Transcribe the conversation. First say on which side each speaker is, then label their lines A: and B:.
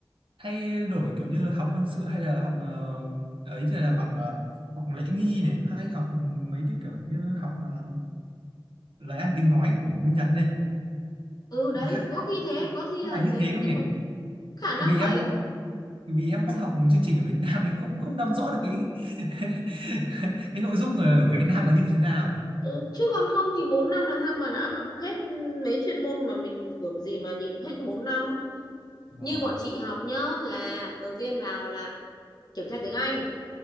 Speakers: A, on the right; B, on the left.
A: thay đổi kiểu như học quân sự hay là học ờ, ấy thì là bằng ờ, học lễ nghi này hay học mấy cái kiểu như học ờ, lời ăn tiếng nói của bên Nhật đây
B: ừ đấy
A: nó khác khác
B: có khi thế có khi
A: có
B: là
A: phải như
B: đấy
A: thế
B: nhưng
A: không nhỉ
B: mà khả năng
A: vì
B: vậy
A: em không vì em không học chương trình ở Việt Nam thì không không nắm rõ được cái <laughs> cái nội dung ở Việt Nam là như thế nào
B: ừ. chứ còn không thì 4 năm làm sao mà đã học hết mấy chuyên môn mà mình của gì mà nhịn hết 4 năm
A: vâng
B: như bọn chị học nhớ là đầu tiên vào là kiểm tra tiếng Anh